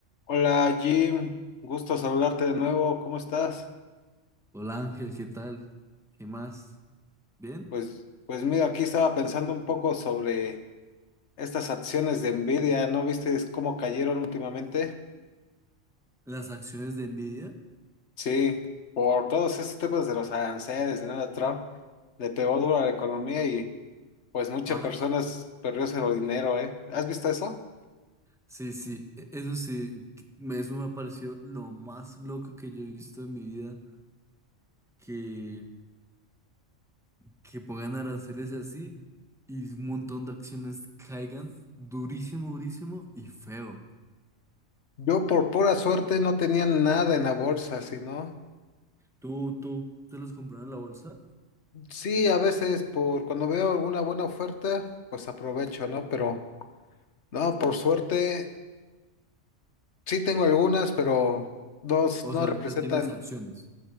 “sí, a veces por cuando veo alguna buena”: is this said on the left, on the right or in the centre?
Left